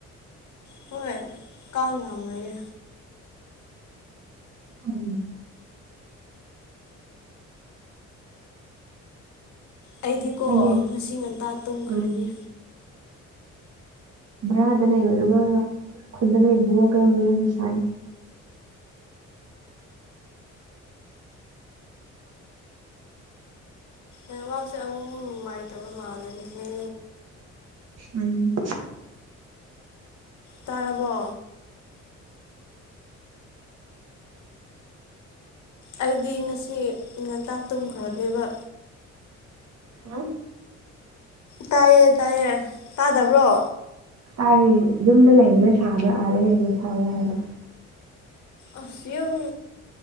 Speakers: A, on the left (about 70°); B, on the right (about 60°).
A: ꯍꯣꯏ ꯀꯥ ꯉꯃꯦꯦ
B: ꯑꯗꯤ
A: ꯑꯩꯗꯤꯀꯣ
B: ꯅꯪꯒꯤ
A: ꯉꯁꯤ ꯉꯟꯇꯥ ꯇꯨꯝꯈ꯭ꯔꯅꯤ
B: ꯎꯝ ꯚꯔꯥꯗ ꯂꯩꯕꯗꯨꯒ ꯈꯨꯟꯗ ꯂꯩꯕꯗꯨꯒ ꯀꯔꯝ ꯂꯩꯅ ꯁꯥꯏ
A: ꯑꯦ ꯋꯥꯁꯦ ꯑꯃꯨ ꯑꯃꯨꯛ ꯅꯨꯡꯉꯥꯏꯇꯕ ꯃꯥꯜꯂꯅꯤꯍꯦ
B: ꯎꯝ
A: ꯇꯥꯔꯕꯣ ꯑꯩꯗꯤ ꯉꯁꯤ ꯉꯟꯇꯥ ꯇꯨꯝꯈ꯭ꯔꯕꯤꯦꯕ
B: ꯍꯥ
A: ꯇꯥꯏꯌꯦ ꯇꯥꯏꯌꯦ ꯇꯥꯗꯕ꯭ꯔꯣ
B: ꯑꯥꯔꯤ ꯌꯨꯝꯗ ꯂꯩꯕꯅ ꯁꯥꯕ꯭ꯔꯥ ꯑꯥꯗ ꯂꯩꯕꯅ ꯁꯥꯕ꯭ꯔꯥ ꯍꯥꯏꯕ꯭ꯔ
A: ꯑꯁꯤ ꯌꯥꯝ